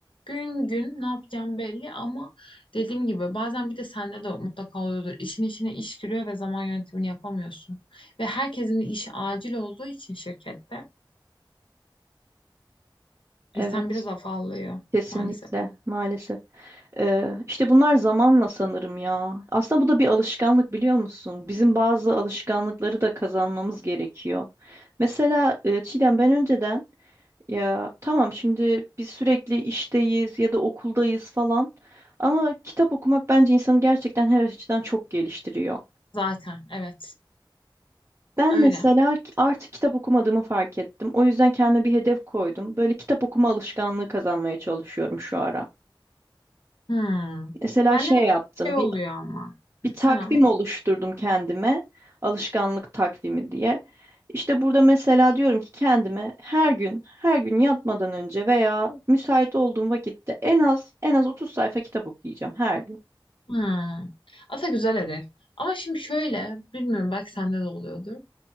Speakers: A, on the left; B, on the right.
A: gün gün ne yapacağım belli ama dediğim gibi bazen bir de sende de mutlaka oluyordur. İşin içine iş giriyor ve zaman yönetimini yapamıyorsun. Ve herkesin işi acil olduğu için şirkette insan
B: Evet,
A: biraz afallıyor
B: kesinlikle
A: maalesef.
B: maalesef. Ee, işte bunlar zamanla sanırım ya. Aslında bu da bir alışkanlık biliyor musun? Bizim bazı alışkanlıkları da kazanmamız gerekiyor. Mesela e, Çiğdem ben önceden ya tamam şimdi biz sürekli işteyiz ya da okuldayız falan ama kitap okumak bence insanı gerçekten her açıdan çok geliştiriyor.
A: Zaten evet
B: Ben
A: öyle.
B: mesela ki- artık kitap okumadığımı fark ettim. O yüzden kendime bir hedef koydum. Böyle kitap okuma alışkanlığı kazanmaya çalışıyorum şu ara.
A: Hmm.
B: Mesela
A: Bende
B: şey
A: de
B: yaptım.
A: şey oluyor
B: Bir,
A: ama.
B: bir takvim
A: Sen anla.
B: oluşturdum kendime. Alışkanlık takvimi diye. İşte burada mesela diyorum ki kendime her gün, her gün yatmadan önce veya müsait olduğum vakitte en az en az 30 sayfa kitap okuyacağım her gün.
A: Hmm. Aslında güzel hedef. Ama şimdi şöyle bilmiyorum belki sende de oluyordur.